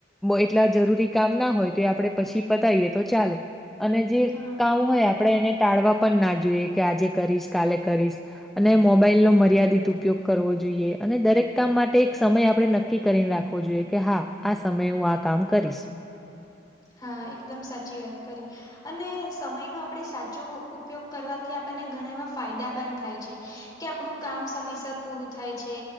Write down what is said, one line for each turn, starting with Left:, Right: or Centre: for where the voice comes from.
Centre: એટલા જરૂરી કામ ના હોય તે આપણે પછી પતાઈએ તો ચાલે અને જે
Left: હા
Centre: કામ હોય આપડે એને ટાળવા પણ ના જોઈએ કે આજે કરીશ કાલે કરીશ અને મોબાઈલ નો મર્યાદિત ઉપયોગ કરવો જોઈએ અને દરેક કામ માટે એક સમય આપડે નકી નક્કી કરીને રાખવો જોઈએ કે હા આ સમયે હું આ કામ કરીશ
Left: હા એકદમ સાચી વાત કરી. અને સમય નો આપણે સાચો ઉપયોગ કરવાથી આપણને ઘણા એવા ફાયદા પણ થાય છે. કે આપણું કામ સમયસર પૂરું થાય છે.